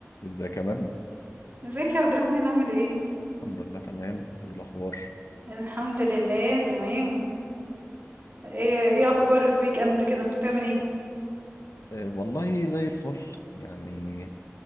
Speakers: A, on the left (about 85°); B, on the right (about 40°).
A: ازيك يا مرنة
B: ازيك يا عبد الرحمن عامل ايه
A: الحمد لله تمام انت ايه الاخبار
B: الحمد لله تمام ايه ايه اخبار الويك اند كده بتعمل ايه
A: أه والله زي الفل يعني